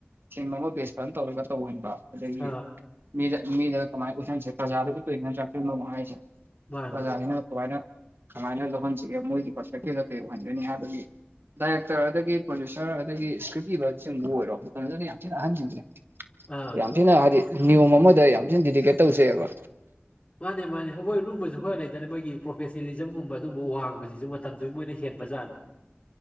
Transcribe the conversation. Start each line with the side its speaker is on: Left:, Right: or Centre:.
Right: ꯊꯤꯝ ꯑꯃ ꯕꯦꯁ ꯐꯖꯅ ꯇꯧꯔꯒ ꯇꯧꯍꯟꯕ ꯑꯗꯒꯤ
Left: ꯑꯥ
Right: ꯃꯤꯗ ꯃꯤꯗ ꯀꯃꯥꯏꯅ ꯎꯁꯟꯁꯦ ꯄ꯭ꯔꯖꯥꯗꯕꯨ ꯀꯨꯁꯤꯅ ꯆꯥꯛꯁꯤꯟꯕꯣ ꯍꯥꯏꯁꯦ
Left: ꯃꯥꯅꯦ
Right: ꯑ ꯍꯥꯏꯅ ꯀꯅ ꯀꯃꯥꯏꯅ ꯂꯧꯍꯟꯁꯤꯒꯦ ꯃꯣꯏꯒꯤ ꯄꯔꯁꯄꯦꯛꯇꯤꯚꯗ ꯀꯩ ꯑꯣꯏꯍꯟꯒꯅꯤ ꯍꯥꯏꯕꯒꯤ ꯗꯥꯏꯔꯦꯛꯇꯔ ꯑꯗꯨꯗꯒꯤ ꯄ꯭ꯔꯣ ꯁꯥꯔ ꯑꯗꯒꯤ ꯏꯁꯀ꯭ꯔꯤꯞ ꯏꯕꯁꯤꯡꯕꯨ ꯑꯣꯏꯔꯣ ꯀꯩꯅꯣꯗꯨꯅ ꯌꯥꯝ ꯊꯤꯅ ꯑꯍꯟꯁꯤꯡꯁꯦ
Left: ꯑꯥ
Right: ꯌꯥꯝ ꯊꯤꯅ ꯍꯥꯏꯗꯤ ꯅꯤꯌꯣꯝ ꯑꯃꯗ ꯌꯥꯝ ꯊꯤꯅ ꯗꯤꯗꯤꯀꯦꯠ ꯇꯧꯁꯦꯕ
Left: ꯃꯥꯅꯦ ꯃꯥꯅꯦ ꯑꯩꯈꯣꯏ ꯂꯨꯝꯕꯁꯨ ꯈꯔ ꯂꯩꯇꯅ ꯃꯣꯏꯒꯤ ꯄ꯭ꯔꯣꯐꯦꯁꯅꯦꯂꯤꯖꯝꯒꯨꯝꯕ ꯑꯗꯨꯝꯕ ꯋꯥꯡꯕꯁꯤ ꯑꯗꯨ ꯃꯇꯝꯗꯨꯒꯤ ꯃꯣꯏꯅ ꯍꯦꯟꯕꯖꯥꯠꯅꯤ